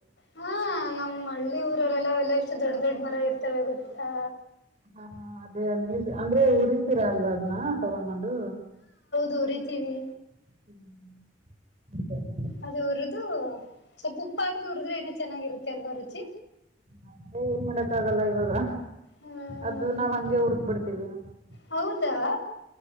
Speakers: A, on the left (about 70°); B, on the right (about 40°).
A: ಹಾ ನಮ್ಮ್ ಹಳ್ಳಿ ಊರಲ್ಲೆಲ್ಲ ಎೆಲ್ಲ ಇ ಅ ದೊಡ್ಡ ದೊಡ್ಡ ಮರ ಇರ್ತವೆ ಗೊತ್ತಾ
B: ಹ ಅದೇ ಅ ನೀ ಅಂದ್ರೆ ಉರಸೀರಾ ಅಲ್ವಾ ಅದ್ನ ತಗೊಂಡ್ ಬಂದು
A: ದೋರಿತೀವಿ
B: ಹ್ಮ್ ಅದ <inaudible>
A: ಅದ ಉರಿದು ಸ್ವಲ್ಪ ಉಪ್ಪ ಹಾಕಿ ಉರಿದ್ರೆ ಏನೋ ಚೆನ್ನಾಗಿರುತ್ತೆ ಕೆಲ್ವರುಚಿ
B: ಮತ್ತೆ ಏನ್ ಮಾಡಕ್ ಆಗಲ್ಲ ಇವಾಗ
A: ಹ್ಮ
B: ಅದು ನಾವ್ ಹಂಗೆ ಉರ್ಗ್ ಬಿಿಡ್ತವಿ ತ
A: ಹೌದಾ